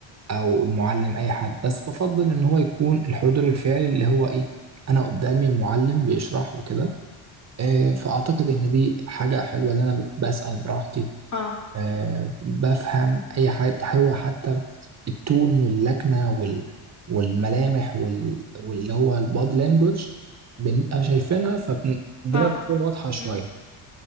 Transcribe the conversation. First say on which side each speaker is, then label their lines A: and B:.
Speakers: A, on the right; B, on the left.
A: او المعلم اي حد بس بفضل ان هو يكون الحضور الفعلي اللي هو ايه انا قدامي معلم بيشرح وكده آه، فاعتقد ان دي حاجة حلوة ان انا بسأل براحتي
B: اه
A: آه، بفهم اي حاجة هو حتى التون واللكنة وال والملامح وال... واللي هو البادي لانجوج بنبقى شايفينها فالدنيا
B: اه
A: بتكون واضحة شوية
B: امم